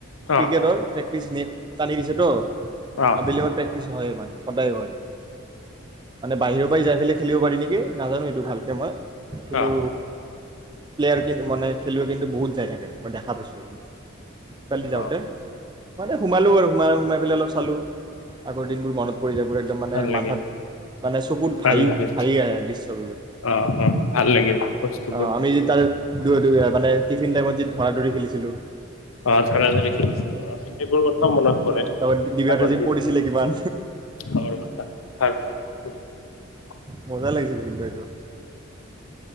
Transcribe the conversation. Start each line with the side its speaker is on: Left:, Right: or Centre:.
Right: ক্ৰিকেটৰ
Left: অ
Right: প্ৰেক্টিচ নেক টানি দিছেটো।
Left: অ অ
Right: আবেলিও প্ৰেক কিছু হয় মানে, সদায় হয়। মানে, বাহিৰৰ পৰাই যাই খেলি খেলিব পাৰি নেকি? নাজানো এইটো ভালকে মই, কিন্তু
Left: অ অ অ
Right: প্লেয়াৰ কিন্ত মানে, খেলুৱৈ কিন্তু বহুত যায় থাকে, মই দেখা পাইছো। কালি যওঁতে,
Left: অ',
Right: মানে সোমালো আৰু সোমাই সোমাই পেলাই অলপ চালো। আগৰ দিনবোৰ মনত পৰি যায়, এইবোৰে একদম মানে
Left: ভাল লাগিল
Right: মাথাত মানে চকুত
Left: ভাল
Right: ভাৰি
Left: লাগিল
Right: ভাৰি আহে দৃশ্য
Left: অ অ ভাল লাগিল বস্তুবোৰ
Right: অ আমি যেতিয়া দু মানে টিফিন টাইমত য ধৰা ধৰি খেলিছিলো
Left: অ ধঝাৰা ধাৰী খিনিছিল অ এইবোৰ কথাও মনত পৰে
Right: তাৰপৰা ডিবাতে
Left: আগৰ
Right: যি
Left: দিন
Right: পৰিছিলে কিমান
Left: খ কথা হয <unintelligible>
Right: মজা লাগিছিল কিন্তু এইটো